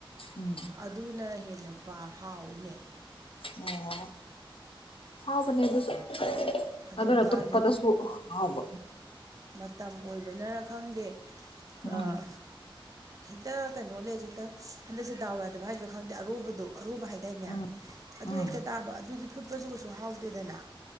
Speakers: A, on the left; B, on the right.
A: ꯎꯝ
B: ꯑꯗꯨꯅ ꯍꯦꯟꯅ ꯕ ꯍꯥꯎꯋꯏꯅꯦ꯫
A: ꯑꯣ ꯍꯥꯎꯕꯅꯦ ꯑꯗꯨꯁꯨ
B: ꯑꯗꯣ
A: ꯑꯗꯨꯅ
B: ꯀꯥꯂꯦ
A: ꯇꯨꯄꯗꯁꯨꯥ
B: ꯍꯧꯖꯤꯛ
A: ꯍꯥꯎꯕ꯫
B: ꯃꯇꯝ ꯑꯣꯏꯕꯅꯔ ꯈꯪꯗꯦ꯫ ꯀꯥ
A: ꯎꯝ
B: ꯍꯦꯛꯇ ꯀꯩꯅꯣ ꯂꯩꯁꯨ ꯍꯦꯛꯇ ꯍꯟꯗꯛꯁꯦ ꯗꯥꯎ ꯌꯥꯗꯕ ꯍꯥꯏꯗꯣꯏ꯭ꯔꯥ ꯈꯪꯗꯦ ꯑꯔꯨꯕꯗꯣ꯫ ꯑꯔꯨꯕ ꯍꯥꯏꯗꯥꯏꯅꯦ
A: ꯎꯝ
B: ꯑꯗꯨ
A: ꯎꯝ
B: ꯍꯦꯛꯇ ꯇꯥꯕ ꯑꯗꯨꯗꯤ ꯐꯨꯠꯄꯁꯨ ꯀꯩꯁꯨ ꯍꯥꯎꯗꯦꯗꯅ꯫